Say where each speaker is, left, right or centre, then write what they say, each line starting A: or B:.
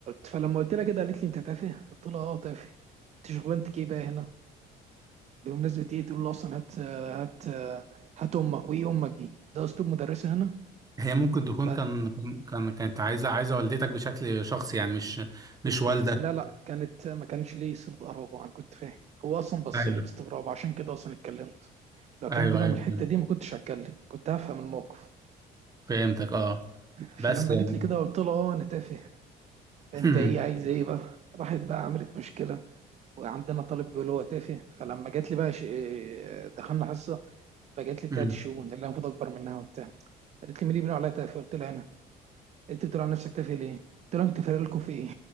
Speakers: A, on the right; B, on the right.
A: فلما قلت لها كده قالت لي انت تافه قلت لها اه تافه انت شغلانتك ايه بقى هنا بمناسبة ايه تقول له اصلا هات هات هات امك وايه امك دي ده اسلوب مدرسة هنا
B: هي ممكن تكون
A: ف
B: كان كان كانت عايزه عايزه والدتك بشكل شخصي يعني مش
A: بالظبط
B: مش والدك
A: لا لا كانت ما كانش ليه صلة قرابة انا كنت فاهم هو اصلا بص
B: ايوه
A: لي باستغراب عشان كده اصلا اتكلمت لو كان
B: ايوه
A: بينهم
B: ايوه
A: الحتة دي ما كنتش هتكلم كنت هفهم الموقف
B: فهمتك اه
A: فلما
B: بس يعني
A: قالت لي كده قلت لها اه انا تافه
B: <laughs>
A: انت
B: مم.
A: ايه عايز ايه بقى راحت بقى عملت مشكلة وعندنا طالب بيقول هو تافه فلما جات لي بقى ش... دخلنا حصة فجات لي
B: مم.
A: بتاعت الشؤون اللي انا المفروض اكبر منها وبتاع قالت لي مين اللي بيقول عليا تافه قلت لها انا انت بتقول عن نفسك تافه ليه؟ قلت له انت فارق لكم في ايه؟